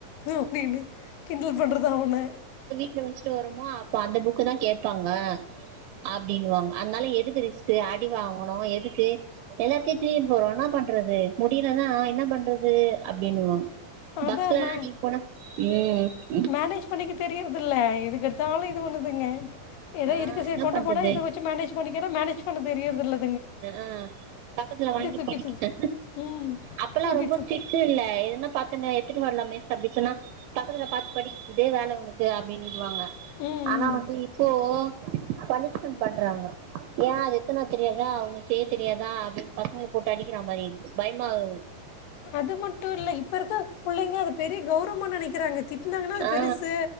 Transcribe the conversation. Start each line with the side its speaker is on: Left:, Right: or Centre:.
Left: அப்டின்னு கிண்டல் பண்றது அவன
Right: <unintelligible> வருமோ அப்ப அந்த புக்க தா கேப்பாங்க அப்படின்னுவாங் அதனால எதுகு ரிஸ் அடி வாங்கனு எதுக்கு எல்லாத்தையு தூக்கிட்டு போறோ என பண்றது முடியலதா என்ன பண்றது அப்படின்னுவோ
Left: அதான்மா
Right: பஸ்ல எல்லா நீ போன ம்
Left: மேனேஜ் பண்ணிக்க தெரியர்து இல்ல எதுக்கெடுத்தாலு இது பண்ணுதுங்க எதோ
Right: ஆ
Left: இருக்குது
Right: என்ன
Left: கொண்டு
Right: பண்றது
Left: போனா இத வச்சு மேனேஜ் பண்ணிக்கரே மேனேஜ் பண்ண தெரியரிதில்ல
Right: ஆ பக்கத்துல வாங்கி
Left: தூக்கிடுச்சு
Right: படிக்கிட்ட
Left: ம்
Right: அப்பல்லா
Left: தூக்கிடுச்சு
Right: ரொம்ப ஸ்ட் இல்ல எதுனா பாத்தேன்ன எத்துட்டு வரலாம் மேஸ் அப்டின்னு சொன்னா பக்கத்துல பாத் படி இதே வேல ஒ இரு அப்டின்னுடுவாங்க
Left: ம்
Right: ஆனா
Left: ம்
Right: வந்து இப்போ பனிஷ்மென்ட் பண்றாங்க ஏ அது எத்துனு வர தெரியாதா அவுங்க செய் தெரியாதா அப்டின்னு பா பசங்கல போட்டு அடிக்கிற மாரி மாரி பயமா ஆகுது
Left: அது மட்டு இல்ல இப்ப இருக்க புள்ளைங்க அது பெரிய கௌரவமா நெனைக்கிறாங்க தி திட்டுனாங்கன்னா
Right: ஆ
Left: பெருசு